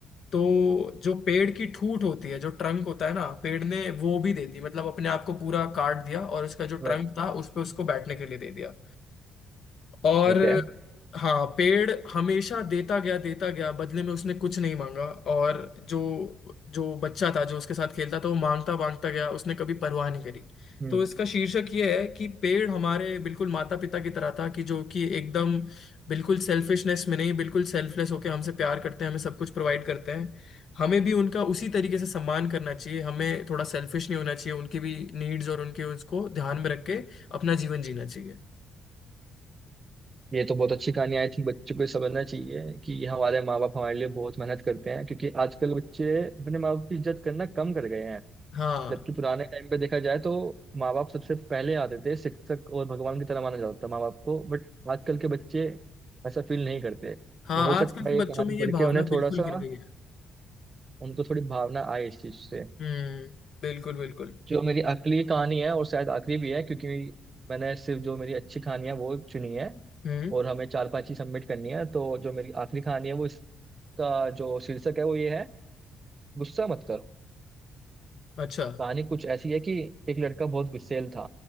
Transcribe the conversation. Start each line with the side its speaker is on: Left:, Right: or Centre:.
Left: तो जो पेड़ की ठूट होती है जो ट्रंक होता है ना पेड़ ने वो भी दे दी मतलब अपने आप को पूरा काट दिया और उसका जो
Right: वे-
Left: ट्रंक था उस पर उसको बैठने के लिए दे दिया और
Right: ठीक है
Left: हाँ पेड़ हमेशा देता गया देता गया बदले में उसने कुछ नहीं मांगा और जो जो बच्चा था जो उसके साथ खेलता था वो मांगता मांगता गया उसने कभी परवाह नहीं करी
Right: हम्म
Left: तो इसका शीर्षक ये है कि पेड़ हमारे बिल्कुल माता पिता की तरह था कि जो कि एकदम बिल्कुल सेल्फिशनेस में नहीं बिल्कुल सेल्फलेस होके हमसे प्यार करते हैं हमें सब कुछ प्रोवाइड करते हैं हमें भी उनका उसी तरीके से सम्मान करना चाहिए हमें थोड़ा सेल्फिश नहीं होना चाहिए उनकी भी नीड्स और उनके उसको ध्यान में रख के अपना जीवन जीना चाहिए
Right: ये तो बहुत अच्छी कहानी आई थिंक बच्चों को ये समझना चाहिए कि हमारे माँ बाप हमारे लिए बहुत मेहनत करते हैं क्योंकि आजकल बच्चे अपने माँ बाप की इज्जत करना कम कर गए हैं
Left: हाँ
Right: जबकि पुराने टाइम पे देखा जाए तो माँ बाप सबसे पहले आते थे शिक्षक और भगवान की तरह माना जाता था माँ बाप को बट आजकल के बच्चे ऐसा फील नहीं करते तो
Left: हाँ
Right: हो सकता
Left: आजकल के
Right: है ये
Left: बच्चों
Right: कहानी
Left: में ये
Right: पढ़
Left: भावना
Right: के उन्हें थोड़ा
Left: बिल्कुल
Right: सा
Left: गिर गई है
Right: उनको थोड़ी भावना आए इस चीज से
Left: हम्म बिल्कुल बिल्कुल
Right: जो मेरी अगली कहानी है और शायद आखिरी भी है क्योंकि मैंने सिर्फ जो मेरी अच्छी कहानी है वो चुनी है
Left: हम्म
Right: और हमें चार पांच ही सबमिट करनी है तो जो मेरी आखिरी कहानी है वो इसका जो शीर्षक है वो ये है गुस्सा मत करो
Left: अच्छा
Right: कहानी कुछ ऐसी है कि एक लड़का बहुत गुस्सेल था